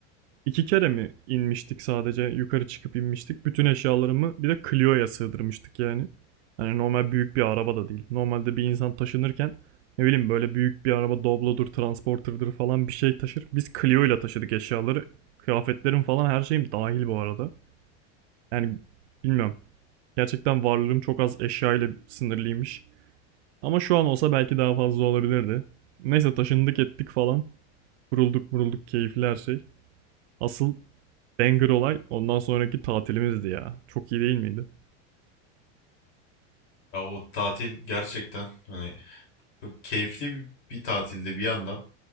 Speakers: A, on the right; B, on the left.
A: İki kere mi inmiştik sadece yukarı çıkıp inmiştik. Bütün eşyalarımı bir de Clio'ya sığdırmıştık yani. Hani normal büyük bir araba da değil. Normalde bir insan taşınırken ne bileyim böyle büyük bir araba Doblo'dur, Transporter'dır falan bir şey taşır. Biz Clio ile taşıdık eşyaları. Kıyafetlerim falan her şeyim dahil bu arada. Yani bilmiyorum. Gerçekten varlığım çok az eşya ile sınırlıymış. Ama şu an olsa belki daha fazla olabilirdi. Neyse taşındık ettik falan. Kurulduk murulduk keyifli her şey. Asıl banger olay ondan sonraki tatilimizdi ya. Çok iyi değil miydi?
B: Ya o tatil gerçekten hani çok keyifli bir, bir tatilde bir yandan.